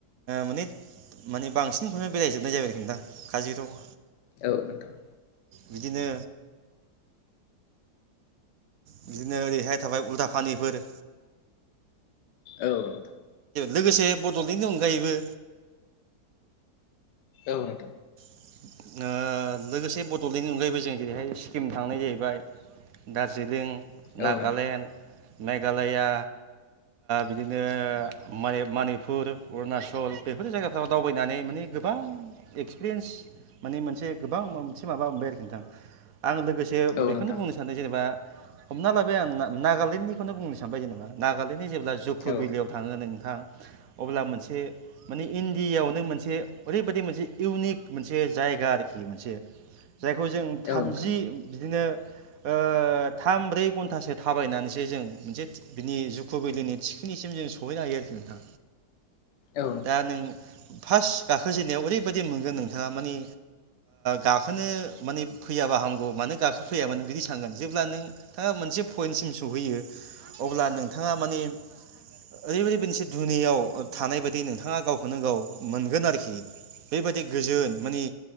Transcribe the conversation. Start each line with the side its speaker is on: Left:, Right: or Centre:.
Right: माने माने बांसिनखौनो बेरायजोबनाय जाबाय आरोखि नोंथां काजिरङा
Left: औ नोंथां
Right: बिदिनो बिदिनो ओरैहाय थाबाय उलथाफानिफोर
Left: औ नोंथां
Right: लोगोसे बडलेण्डनि अनगायैबो
Left: औ नोंथां
Right: ओ लोगोसे बड'लेण्डनि अनगायैबो जों जेरैहाय सिक्किम थांनाय जाहैबाय दार्जिलिं नागालेण्ड,
Left: औ नोंथां
Right: मेघालया बिदिनो मनि मनिपुर, अरुणाचल बेफोर जायगाफ्राव दावबायनानै माने गोबां एक्सपिरियेन्स माने मोनसे गोबां मोनसे माबा मोनबाय आरोखि नोंथां। आं लोगोसे
Left: औ नोंथां औ
Right: बेखौनो
Left: नोंथां
Right: बुंनो सानो जेनेबा हमना लाबाय आं नागालेण्डनिखौनो बुंनो सानबाय जेनेबा, नागालण्डनि जे ब्ला जुकु
Left: औ नोंथां औ
Right: भेलियाव थाङो नोंथां अब्ला मोनसे माने इण्डियायावनो मोनसे ओरैबायदि मोनसे इउनिक मोनसे जायगा आरोखि मोनसे जायखौ जों थामजि
Left: नोंथां
Right: बिदिनो ओ थाम ब्रै घन्टासो थाबायनानैसो जों मोनसे बिनि जुखुुबिलिनि थिखोनिसिम जों सहैनो हायो आरोखि नोंथा।
Left: औ नोंथां औ नोंथां औ
Right: दा नों फार्स्ट गाखोजेननायाव ओरैबायदि मोनगोन नों थाङा मानि गाखो नो माने फैयाबा हामगौ मानोे गाखोफैयामोन बिदि सानगोन। जेब्ला नों नोंथाङा मोनसे पइन्टसिम सहैयो अब्ला नोंथाङा माने ओरैबायदि मोनसे दुनियाव थानाय बायदि नोंथाङा गावखौनो गाव मोनगोन आरोखि बेबायदि गोजोन माने